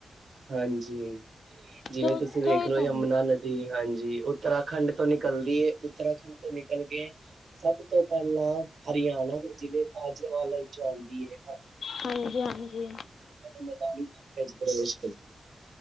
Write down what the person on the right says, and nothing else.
ਹਾਂਜੀ, ਜਿਵੇਂ
ਤੁਸੀਂ
ਵੇਖਲੋ
ਯਮੁਨਾ ਨਦੀ। ਜੀ ਹਾਂਜੀ, ਉੱਤਰਾਖੰਡ ਤੋਂ ਨਿਕਲਦੀ ਐ ਉੱਤਰਾਖੰਡ ਤੋਂ ਨਿਕਲ ਕੇ ਸਭ ਤੋਂ ਪਹਿਲਾਂ ਹਰਿਆਣਾ ਦੇ ਜ਼ਿਲ੍ਹੇ ਤਾਜੇਵਾਲ ਵਿੱਚੋਂ ਆਉਂਦੀ ਹੈ।
ਮੈਦਾਨੀ ਇਲਾਕੇ ਚ ਪ੍ਰਵੇਸ਼